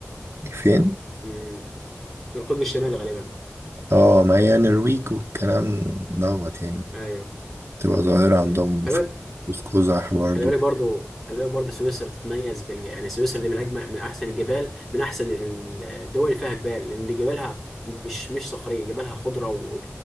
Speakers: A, on the right; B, in the centre.
A: فين؟
B: مم. في القطب الشمالي غالبا
A: اه ما هي نرويج والكلام دوت يعني
B: ايوه
A: بتبقى ظاهرة عندهم
B: أيوة. خلي
A: في
B: بالك
A: قوس قزح برضه
B: خلي بالك برضو خلي بالك برضو سويسرا تتميز بال يعني سويسرا دي من اجمل من احسن الجبال من احسن ال- الدول اللي فيها جبال لان جبالها مش مش صخريه جبالها خضره و...